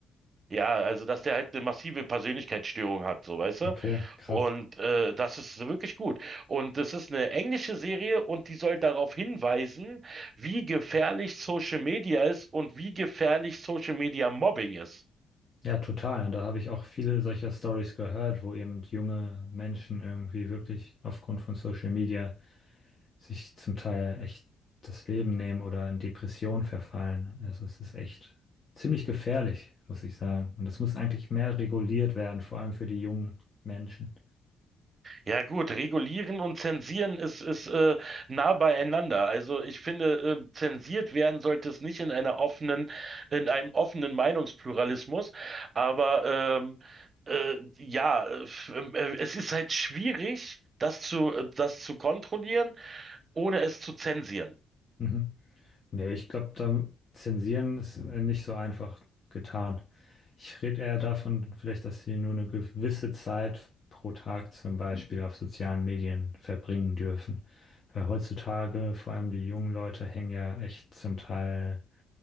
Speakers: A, on the right (about 40°); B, on the left (about 40°).
A: ja, also dass der halt eine massive Persönlichkeitsstörung hat, so weißt du.
B: Okay, krass.
A: Und äh, das ist wirklich gut. Und das ist eine englische Serie und die soll darauf hinweisen, wie gefährlich Social Media ist und wie gefährlich Social Media Mobbing ist.
B: Ja, total. Und da habe ich auch viele solcher Stories gehört, wo eben junge Menschen irgendwie wirklich aufgrund von Social Media sich zum Teil echt das Leben nehmen oder in Depression verfallen. Also es ist echt ziemlich gefährlich, muss ich sagen. Und das muss eigentlich mehr reguliert werden, vor allem für die jungen Menschen.
A: Ja gut, regulieren und zensieren ist, ist äh, nah beieinander. Also ich finde, äh, zensiert werden sollte es nicht in einer offenen, in einem offenen Meinungspluralismus. Aber ähm, äh, ja, äh, f- ähm, äh, es ist halt schwierig, das zu, äh, das zu kontrollieren, ohne es zu zensieren.
B: Mhm. Nee, ich glaube, da zensieren ist äh, nicht so einfach getan. Ich rede eher davon, vielleicht, dass sie nur eine gewisse Zeit pro Tag zum Beispiel auf sozialen Medien verbringen dürfen. Weil heutzutage, vor allem die jungen Leute, hängen ja echt zum Teil